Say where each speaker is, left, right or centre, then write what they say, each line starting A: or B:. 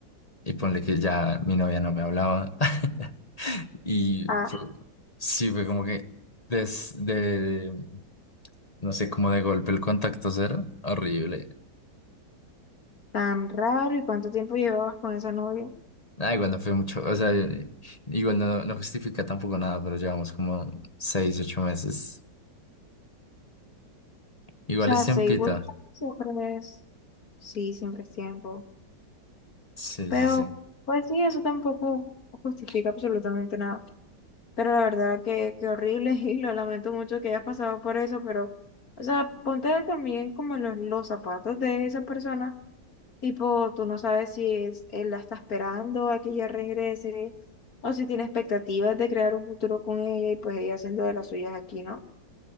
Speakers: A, on the left (about 25°); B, on the left (about 50°).
A: y ponle que ya mi novia no me hablaba <laughs> y
B: Ah,
A: fue- sí fue como que desde, no sé, como de golpe el contacto cero, horrible.
B: Tan raro, ¿y cuánto tiempo llevabas con esa novia? O
A: Ah, igual no fue mucho, o sea, igual no, no justifica tampoco nada, pero llevamos como seis, ocho meses. Igual
B: sea,
A: es tiempito.
B: seis, u ocho años siempre es, sí, siempre es tiempo.
A: Sí,
B: Pero,
A: sí, sí.
B: pues sí, eso tampoco justifica absolutamente nada. Pero la verdad que, que horrible <laughs> y lo lamento mucho que hayas pasado por eso, pero, o sea, ponte también como en los, los zapatos de esa persona. Tipo, tú no sabes si es, él la está esperando a que ella regrese o si tiene expectativas de crear un futuro con ella y pues ella haciendo de las suyas aquí, ¿no?